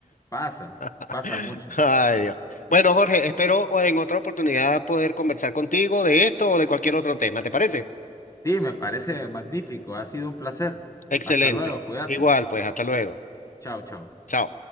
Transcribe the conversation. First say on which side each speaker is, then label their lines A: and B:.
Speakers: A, on the left; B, on the left.
A: Pasa,
B: <laughs>
A: pasa mucho.
B: Ay, Dios. Bueno, Jorge, espero en otra oportunidad poder conversar contigo de esto o de cualquier otro tema, ¿te parece?
A: Sí, me parece magnífico. Ha sido un placer.
B: Excelente.
A: Hasta luego, cuídate.
B: Igual, pues, hasta luego.
A: Chao, chao.
B: Chao.